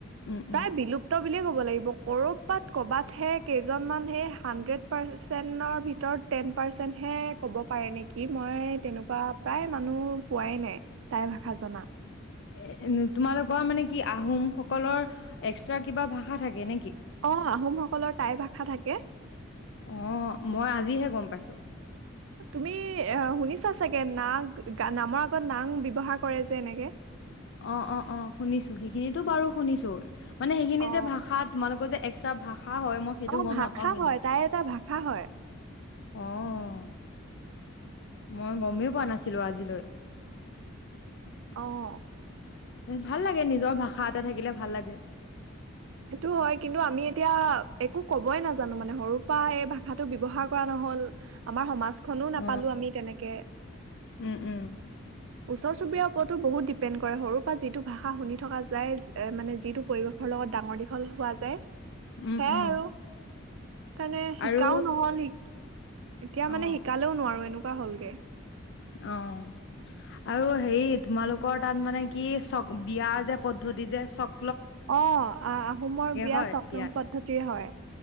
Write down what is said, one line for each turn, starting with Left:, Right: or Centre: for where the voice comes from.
Left: উম উম
Right: টাই বিলুপ্ত বুলিয়ে ক'ব লাগিব কৰ'ৰবাত ক'বাতহে কেইজনমানহে হানড্ৰেড পাৰচেন্টৰ ভিতৰত টেন পাৰচেন্টহে ক'ব পাৰে নেকি মই তেনেকুৱা প্ৰায় মানুহ পোৱাই নাই। টাই ভাষা জনা?
Left: এ তোমালোকৰ মানে কি আহোম সকলৰ এক্সট্ৰা কিবা ভাষা থাকে নেকি?
Right: অ', আহোমসকলৰ টাই ভাষা থাকে।
Left: অ মই আজিহে গম পাইছো
Right: তুমি এ শুনিছা চাগে নাক নামৰ আগত নাং ব্যৱহাৰ কৰে যে এনেকে।
Left: অ', অ', অ', শুনিছো সেইখিনিতো বাৰু শুনিছো। মানে সেইখিনি
Right: অ
Left: যে ভাষাত তোমালোকৰ যে <unintelligible> সেইটো
Right: অ',
Left: গম
Right: ভাষা
Left: নাপাও কিন্তু
Right: হয়, টাই এটা ভাষা হয়।
Left: অ', মই গমেই পোৱা নাছিলো আজিলৈ।
Right: অ'।
Left: ভাল লাগে নিজৰ ভাষা এটা থাকিলে ভাল লাগে।
Right: সেইটো হয় কিন্তু আমি এতিয়া একো ক'বই নাজানো মানে সৰু পৰা এই ভাষাটো ব্যৱহাৰ কৰা নহ'ল আমাৰ সমাজ খনো নাপালো
Left: অ
Right: আমি তেনেকে,
Left: উম উম
Right: ওচৰ-চুবুৰীয়াৰ ওপৰতো বহুত ডি ডিপেণ্ড কৰে সৰুৰ পৰা যিটো ভাষা শুনি থকা যায় মানে যিটো পৰিৱেশৰ লগত ডাঙৰ দীঘল হোৱা যায়।
Left: উম
Right: সেয়াই
Left: উম
Right: আৰু তেণে শিকাও
Left: আৰু
Right: নহ'ল এতিয়া মানে
Left: অ
Right: শিকালেও নোৱাৰো এনেকা। ৱা হ'লগে।
Left: অ', আৰু হেৰি তোমালোকৰ তাত মানে কি চ বিয়াৰ যে পদ্ধতি যে চক
Right: অ', আহ-আহোমৰ বিয়া
Left: হয়
Right: চ'কলং
Left: বিয়াত
Right: পদ্ধতিৰে হয়,